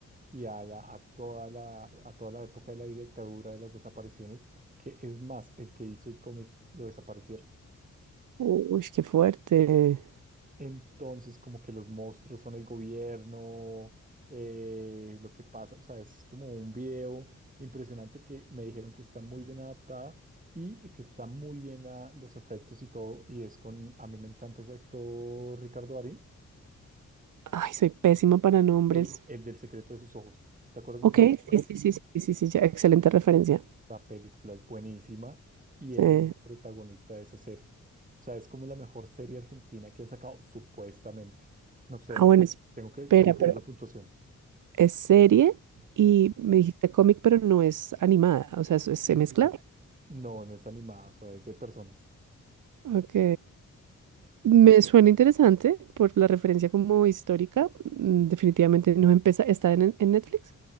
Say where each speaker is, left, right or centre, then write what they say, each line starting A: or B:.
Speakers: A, on the right (about 25°); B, on the right (about 75°).
A: y a, la, a, toda la, a toda la época de la dictadura, de las desapariciones, que es más, el que hizo el cómic lo desaparecieron.
B: Uy, qué fuerte.
A: Entonces, como que los monstruos son el gobierno, eh, lo que pasa, o sea, es como un video impresionante que me dijeron que está muy bien adaptada y que está muy bien la- los efectos y todo, y es con, a mí me encanta ese actor Ricardo Darín,
B: Ay, soy pésima para nombres.
A: el, el del secreto de sus ojos. ¿Te acuerdas
B: Ok,
A: de esa película?
B: sí, sí, sí, sí, sí, sí, sí, ya, excelente referencia.
A: La película es buenísima y
B: Sí.
A: él es el protagonista de esa serie. O sea, es como la mejor serie argentina que han sacado, supuestamente. No sé,
B: Ah,
A: de hecho,
B: bueno, espera,
A: tengo que, tengo que
B: pero
A: ver la puntuación.
B: es serie y me dijiste cómic, pero no es animada, o sea, es- se
A: Exacto.
B: mezcla.
A: No, no es animada, o sea, es de personas.
B: Ok. Me suena interesante por la referencia como histórica. Mm, Definitivamente no empieza, está en, en Netflix.